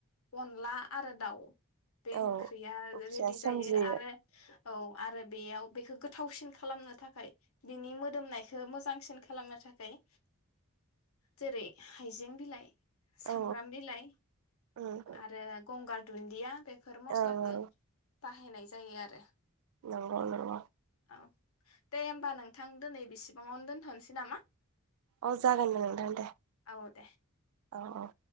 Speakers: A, on the left; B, on the right.
A: अनला आरो दाउ बे ओंख्रिया
B: औ दुखुया
A: रेडि
B: सोमजियो
A: जायो आरो औ आरो बेयाव बेखौ गोथावसिन खालामनो थाखाय बिनि मोदोमनायखौ मोजांसिनखै खालामनो थाखाय जेरै हाइजें बिलाइ सामब्राम
B: औ
A: बिलाइ
B: उम ओं
A: आरो गंगार दुनदिया खो बेफोर मस्लाखो
B: ओं
A: बाहायनाय जायो आरो
B: औ औ नंगौ
A: औ दे होमबा नोंथां दिनै बेसेबाङावनो दोनथ'नोसै। नामा?
B: अ जागोन नोंथां दे
A: औ दे
B: औ